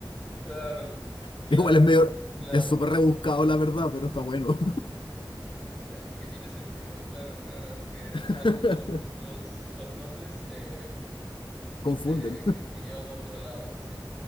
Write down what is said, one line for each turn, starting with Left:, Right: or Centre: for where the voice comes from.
Centre: claro,
Left: <laughs>
Centre: claro,
Left: Igual es medio,
Centre: claro.
Left: es súper rebuscado la verdad, pero está bueno.
Centre: No, es que tiene sentido, claro, claro. Es que
Left: <laughs>
Centre: hay- los, los, los nombres te,
Left: Confunden.
Centre: te, te llevan a otro lado, sí,